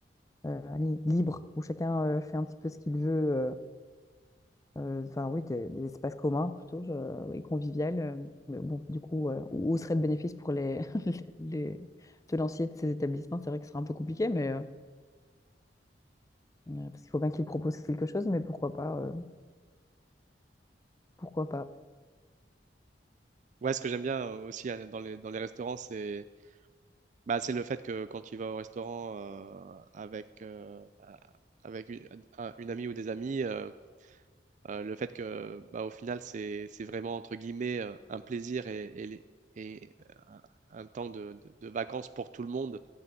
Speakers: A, on the left (about 20°); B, on the right (about 45°).
A: euh, allez, libres où chacun euh, fait un petit peu ce qu'il veut. euh, Euh, enfin oui, des, des espaces communs plutôt je- et convivial. euh, mais bon, du coup, euh, où où serait le bénéfice pour les, <laughs> les, les tenanciers de ces établissements? C'est vrai que ce serait un peu compliqué, mais euh, euh, parce qu'il faut bien qu'ils proposent quelque chose, mais pourquoi pas, euh, pourquoi pas.
B: Ouais, ce que j'aime bien euh, aussi euh, dans les, dans les restaurants, c'est Bah, c'est le fait que quand tu vas au restaurant euh, avec, euh, avec une, un- une amie ou des amis, euh, euh, le fait que bah, au final, c'est, c'est vraiment entre guillemets euh, un plaisir et, et, les- et euh, un, un temps de, de- de vacances pour tout le monde.